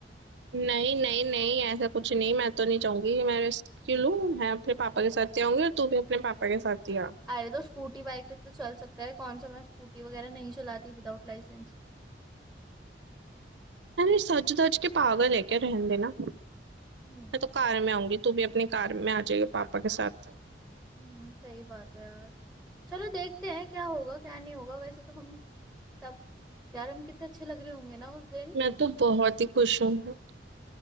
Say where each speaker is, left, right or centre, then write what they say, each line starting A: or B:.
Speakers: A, on the right; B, in the centre.
A: नहीं नहीं नहीं ऐसा कुछ नहीं मैं तो नहीं चाहूंगी कि मैं रेस्क्यू लूं मैं अपने पापा के साथ ही आऊंगी और तू भी अपने पापा के साथ ही आ
B: अरे तो स्कूटी बाइक पे तो चल सकता है कौन सा मैं स्कूटी वगैरह नहीं चलाती विदाउट लाइसेंस
A: अरे सज धज के पागल है क्या रहने देना
B: हम्म
A: मैं तो
B: चलो
A: कार में आऊंगी तू भी अपनी कार में आ जाएगी पापा के साथ
B: हम्म सही बात है यार चलो देखते हैं क्या होगा क्या नहीं होगा वैसे तो हम सब यार हम कितने अच्छे लग रहे होंगे ना उस दिन
A: मैं तो बहुत ही खुश हूँ <laughs>